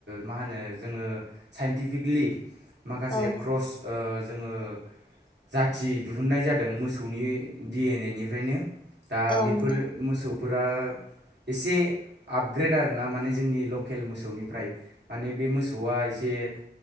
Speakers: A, on the right; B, on the left.
A: मा होनो जोङो साइन्टिफिकलि माखासे
B: औ
A: क्रस जोङो जाथि दिहुन्नाय जादों मोसौनि डिएनए निफ्रायनो। दा
B: औ
A: बेफोर
B: नोंथां
A: मोसौफोरा इसे आपग्रेड आरोना माने जोंनि लकेल मोसौनिफ्राय माने बे मोसौआ इसे ए